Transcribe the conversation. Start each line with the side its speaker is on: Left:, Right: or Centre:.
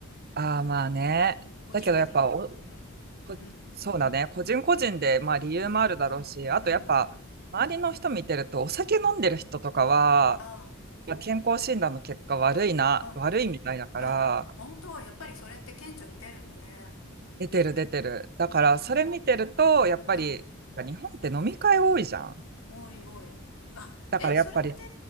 Right: ああ、まあね。
Left: うん、個人個人ね
Right: だけどやっぱお、こそうだね。
Left: うん
Right: 個人個人で、まあ理由もあるだろうし、
Left: うん
Right: あとやっぱ、
Left: うんうん
Right: 周りの人見てると、お酒飲んでる人とかは、
Left: ああ
Right: まあ健康診断の結果悪いな、
Left: うん
Right: 悪いみたいだから、
Left: え本当やっぱりそれって顕著に出るんだね
Right: 出てる出てる。だからそれ見てると、
Left: 本当
Right: やっぱり、
Left: うん
Right: なんか日本って飲み会多いじゃん。
Left: おいおいあえそれって
Right: だからやっぱり、